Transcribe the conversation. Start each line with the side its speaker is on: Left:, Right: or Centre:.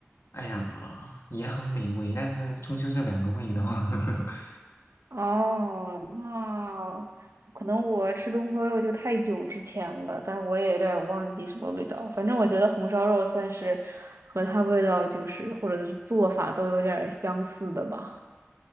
Left: 哎呀，也很美味，但是终究是两个味道，<laughs>
Right: 哦，那可能我吃东坡肉就太久之前了，但我也有点儿忘记什么味道。反正我觉得红烧肉算是和它味道就是或者是做法都有点儿相似的吧。